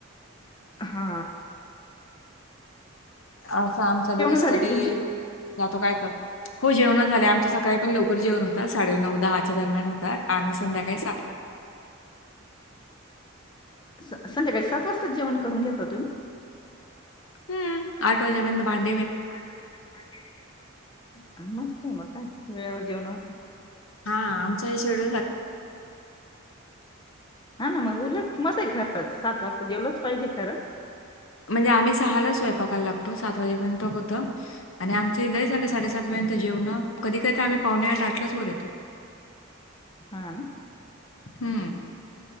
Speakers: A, on the left; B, on the left.
A: हा
B: असा आमचा दिवस
A: झाली
B: कधी
A: का तुमची?
B: जातो काय कर हो जेवणा झालं आमच्या सकाळी पण लो नाकूर जेवरून होता साडे नऊ दहाच्या दरम्यान होता आणि संध्याकाळी सात ला
A: संध्याकाळी सात वाजताच जेवण करून घेता तुम्ही
B: हम्म आठ वाजे बंद भांड
A: आठ वाेपर्य मस्त आहे मग काय वेळेवर जेवण होत
B: हा आमचा ह सेड
A: हा ना मग उलट मस्त खरच सात वाजता जेवलच पाहिजे खरं
B: म्हणजे आम्ही सहाला स्वयंपाकायला लागतो सात वाजेपर्यंत होत आणि आमचे लय झालं साडेसात पर्यंत जेवण कधी कधता आम्ही पावणे आठ आठलाच वर येतो
A: हा ना
B: हम्म